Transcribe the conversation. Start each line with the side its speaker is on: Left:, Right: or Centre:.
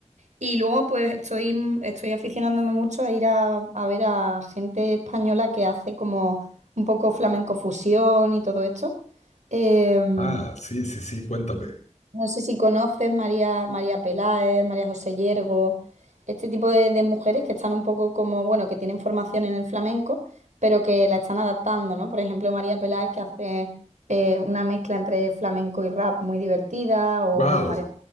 Right: Y luego pues estoy, mm, estoy aficionándome mucho a ir a, a ver a gente española que hace como un poco flamenco fusión y todo esto. Em,
Left: Ah, sí, sí, sí, cuéntame.
Right: no sé si conoces María, María Peláez, María José Yergo, este tipo de, de mujeres que están un poco como, bueno, que tienen formación en el flamenco, pero que la están adaptando, ¿no? Por ejemplo, María Peláez que hace eh, una mezcla entre flamenco y rap muy divertida, o
Left: Wow.
Right: bueno, María